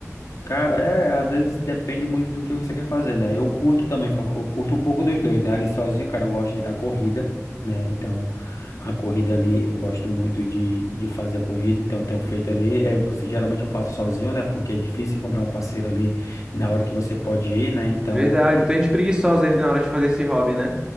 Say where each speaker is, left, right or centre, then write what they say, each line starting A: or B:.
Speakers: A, on the left; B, on the right.
A: Cara, é, às vezes depende muito do que você quer fazer, né? Eu curto também, fa- eu curto um pouco dos dois, né? Ali sozinho, cara, eu gosto de dar corrida, né? Então, a corrida ali, eu gosto muito de, de fazer a corrida, então eu tenho feito ali, é, você, geralmente eu faço sozinho, né? Porque é difícil encontrar um parceiro ali na hora que você pode ir, né? Então,
B: Verdade, muita gente preguiçosa ainda na hora de fazer esse hobby, né?